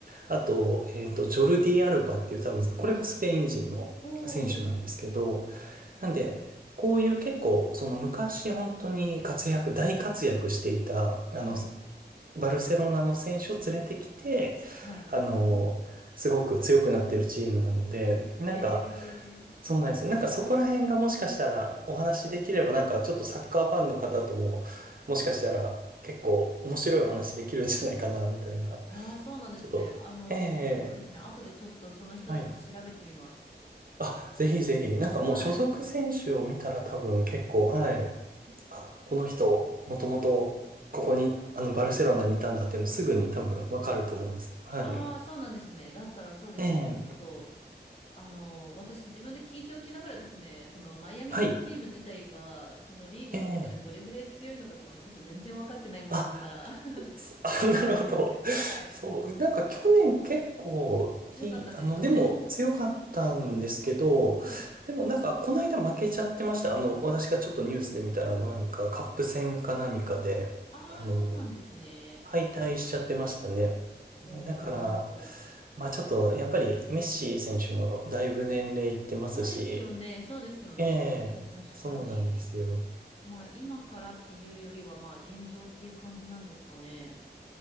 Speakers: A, on the right (about 55°); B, on the left (about 35°).
A: あと、えっと、ジョルディ・アルバっていう多分、これもスペイン人の選手なんですけど、
B: おー、
A: なんで、こういう結構、その昔本当に活躍、大活躍していた、あの、
B: はい。
A: バルセロナの選手を連れてきて、
B: はい。
A: あの、すごく強くなってるチームなので、なんか、
B: へえ。
A: そうなんですよ。なんかそこら辺がもしかしたらお話しできれば、なんかちょっとサッカーファンの方とも、もしかしたら結構面白いお話できるんじゃないかな、みたいな。
B: ああ、そうなんですね。
A: ちょっと、
B: あの、
A: ええ
B: そうですね。後でちょっとその人たち調べてみます。
A: はい。あ、ぜひぜひ、なんかもう所属選手を見たら多分結構、
B: はい。
A: はい。あ、この人、もともとここに、あの、バルセロナにいたんだっていうのすぐに多分わかると思うんですけど、はい。
B: ああ、そうなんですね。だったらそうですね。
A: ええ、
B: ちょっと、あの、私自分で聞いておきながらですね、そのマイアミのチーム自体が、
A: はい。
B: そのリーグの中でどれぐらい強いのかとかもちょっと全然分かってないもんですから。
A: ええ、あ、
B: <laughs>
A: すあ、<laughs> なるほど。
B: はい。
A: そう、なんか去年結構いい、
B: 強かったんですかね。
A: あの、でも強かったんですけど、
B: はい。
A: でもなんかこの間負けちゃってました。あの、私がちょっとニュースで見たら、あの、なんかカップ戦か何かで、
B: ああ、
A: あの、
B: そうなんですね。
A: 敗退しちゃってましたね。
B: お
A: だから、
B: ー。
A: まあちょっと、やっぱりメッシ選手もだいぶ年齢いってますし、
B: そうですよね。そうですよね。
A: ええ、
B: 確かに。
A: そうなんですよ。
B: まあ今からっていうよりはまあ現状っていう感じなんですかね。